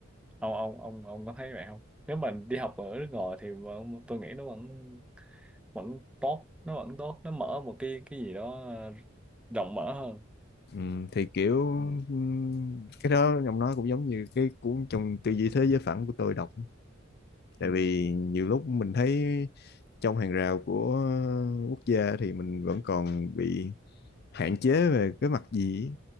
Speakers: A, in the centre; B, on the left.
A: ông ông ông ông có thấy vậy không nếu mình đi học ở nước ngoài thì vẫn- tôi nghĩ nó vẫn vẫn tốt nó vẫn tốt nó mở một cái cái gì đó ờ, rộng mở hơn
B: ừm, thì kiểu
A: ừ.
B: ừm, cái đó ông nói cũng giống như cái cuốn trong tư duy thế giới phẳng của tôi đọc tại
A: Ừ.
B: vì nhiều lúc mình thấy trong hàng rào của quốc gia thì mình vẫn còn bị hạn chế về cái mặt gì ấy.